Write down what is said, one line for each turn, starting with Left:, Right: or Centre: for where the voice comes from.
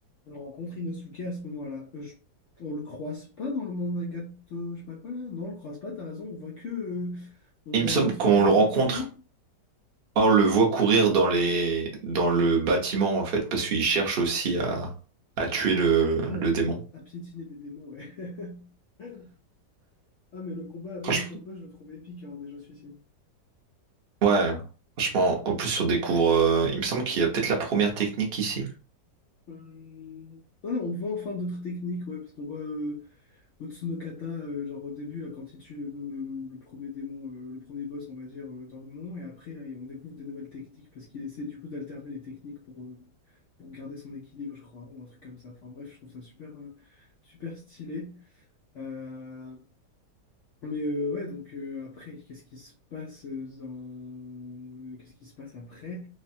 Left: On rencontre Inosuke à ce moment-là. Euh, je- on le croise pas dans le monde Nagato, je sais pas quoi là. Non, on le croise pas, t'as raison. On voit que, euh, on voit
Right: Il me semble
Left: vite
Right: qu'on
Left: fait Zenitsu
Right: le rencontre. On le voit courir dans les dans le bâtiment en fait, parce qu'il cherche aussi à, à tuer
Left: à, pied,
Right: le,
Left: ouais,
Right: le démon.
Left: à, à piétiner des démons, ouais. <laughs> Ah, mais le combat, moi
Right: Franchement,
Left: je le combat, je le trouve épique hein, déjà celui-ci.
Right: Ouais, franchement, en plus on découvre. euh, il me semble qu'il y a peut-être la première technique ici.
Left: Hum, ah, on voit enfin d'autres techniques, ouais, parce qu'on voit euh, Otsunokata, euh, genre au début, là, quand il tue le, le- le premier démon, euh, le premier boss, on va dire, euh, dans le mont, et après, là, on découvre des nouvelles techniques parce qu'il essaie du coup d'alterner les techniques pour, euh, pour garder son équilibre, je crois, ou un truc comme ça. Enfin bref, je trouve ça super, euh, super stylé. Euh, mais euh, ouais, donc euh, après, qu'est-ce qui se passe euh, dans... Qu'est-ce qui se passe après?